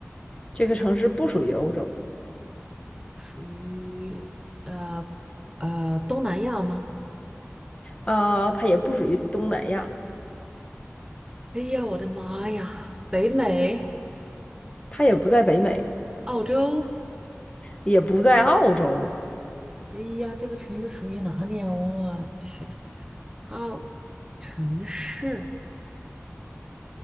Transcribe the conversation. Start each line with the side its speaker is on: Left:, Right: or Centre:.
Left: 这个城市不属于欧洲
Right: 属于呃呃东南亚吗？
Left: 啊，它也不属于东南亚，
Right: 哎呀，我的妈呀，北美、
Left: 它也不在北美，
Right: 澳洲，
Left: 也不在澳洲，
Right: 哎呀，这个城市属于哪里啊？我去，它城市